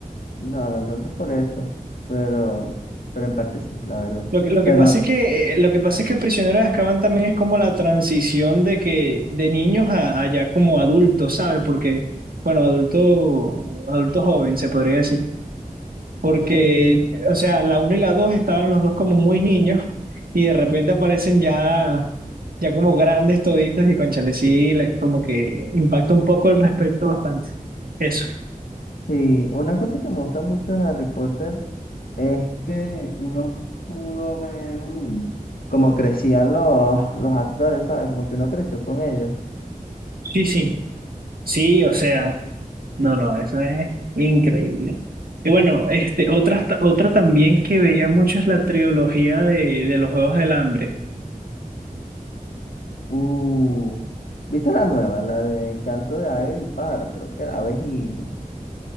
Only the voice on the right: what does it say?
Lo que, lo
que pasa es que, eh, lo que pasa es que el prisionero de Azkaban también es como la transición de que, de niños a, a ya como adultos, ¿sabes? Porque, bueno, adulto, adulto joven, se podría decir. Porque, o sea, la uno y la 2 estaban los dos como muy niños y de repente aparecen ya, ya como grandes toditos y cónchale, sí, la- como que impacta un poco el respeto bastante. Eso.
Sí, sí. Sí, o sea, no, no, eso es increíble. Y bueno, este, otra, otra también que veía mucho es la trilogía de, de los Juegos del Hambre.